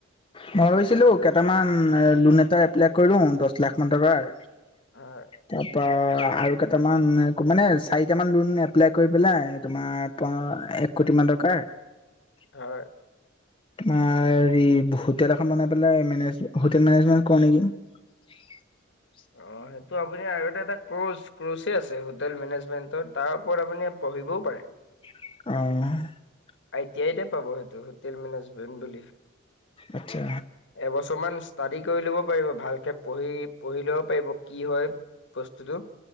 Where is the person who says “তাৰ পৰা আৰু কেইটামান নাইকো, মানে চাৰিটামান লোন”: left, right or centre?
Left